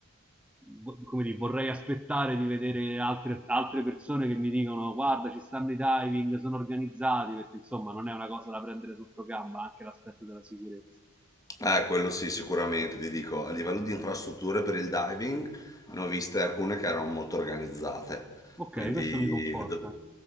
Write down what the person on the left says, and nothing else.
Eh, quello sì, sicuramente, ti dico, a livello di infrastrutture per il diving ne ho viste alcune che erano molto organizzate,
quindi
do-